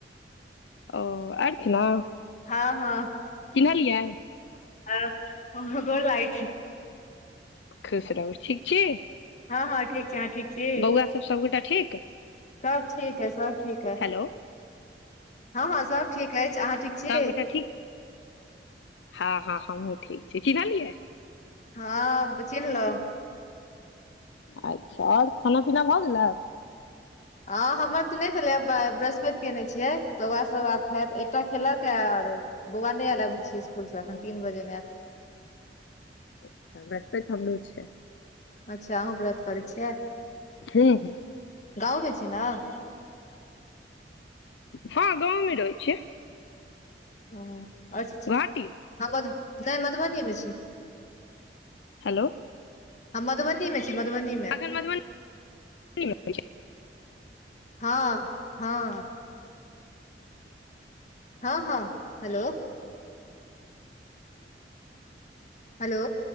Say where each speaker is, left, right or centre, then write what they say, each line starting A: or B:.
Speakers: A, on the left; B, on the left.
A: ओ अछि न
B: हँ हँ
A: चिन्हलिए
B: आ ह ह गोर लगइ छी
A: खुश रहू ठीक छी
B: हँ हँ ठीक छै ठीक छी
A: बौआ सब सबगोटा ठीक
B: सब ठीक है सब ठीक है
A: हेलो
B: हँ हँ सब ठीक अछि अहाँ ठीक छी
A: सबगोटा ठीक हँ हँ हमहुँ ठीक छी चन्हलियै
B: हँ चिन्हलो
A: अच्छा आओर खाना पीना भऽ गेलै
B: हँ हमर तऽ नहि भेलै बृहस्पति केयने छियै तऽ ओह सब आब खायत एकटा खेलक ह आरो बौआ नहि अयलै बुच्ची स्कुल से एखन तीन बजेमे आयत
A: अच्छा ब्रहस्पैत हमरो छै
B: अच्छा अहु व्रत करै छियै
A: हूँ हुँ
B: गाँवमे छी नऽ
A: हँ गाँम मे रहै छै
B: <unintelligible> हँ आओर
A: गोहाटी
B: हँ मध नहि मधुबनीमे छी
A: हेलो
B: हम मधुबनी मे छी मधुबनी मे
A: मधुबनी छै <unintelligible>
B: हँ हँ हँ हँ हेलो हलो